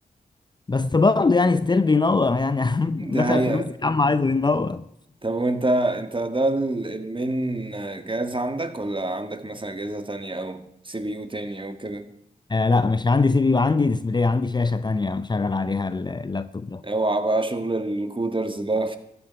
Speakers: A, on the left (about 25°); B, on the right (about 30°).
A: بس برضه يعني ستيل بينور يعني <laughs>
B: دي
A: دافع
B: حقيقة
A: فلوس يا عم عايزه ينور
B: طب وأنت أنت ده ال- المين جهاز عندك ولا عندك مثلا أجهزة تانية أو سي بي يو تاني أو كده
A: آه لا مش عندي سي بي يو عندي ديسبلاي عندي شاشة تانية مشغل عليها ال- اللابتوب ده
B: أوعى
A: <laughs>
B: بقى شغل الكودرز ده